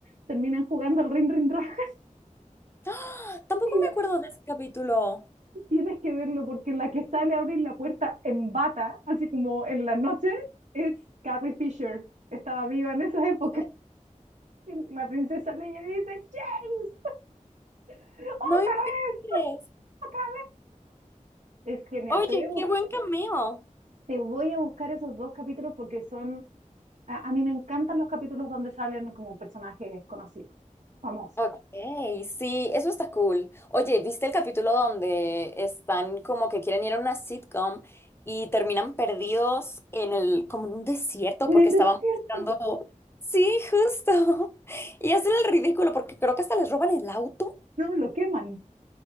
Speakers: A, on the right; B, on the left.
A: terminan jugando al Rin Rin Raja. <laughs>
B: ¡Ah! Tampoco
A: Y
B: me acuerdo de ese capítulo.
A: tienes que verlo porque la que sale a abrir la puerta en bata, así como en la noche, es Carrie Fisher. Estaba viva en esas épocas.
B: ¿Qué?
A: <laughs> La princesa Leia dice, James, otra
B: No me inventes.
A: vez, otra. vez. Es genial.
B: Oye,
A: Te voy a, bus-
B: qué buen cameo.
A: te voy a buscar esos dos capítulos porque son... A, a mí me encantan los capítulos donde salen como personajes conocidos, famosos.
B: Ok, sí, eso está cool. Oye, ¿viste el capítulo donde están como que quieren ir a una sitcom y terminan perdidos en el, como en un desierto
A: En
B: porque
A: el
B: estaban
A: desierto.
B: buscando... Sí, justo. <laughs> Y hacen el ridículo porque creo que hasta les roban el auto.
A: No, lo queman.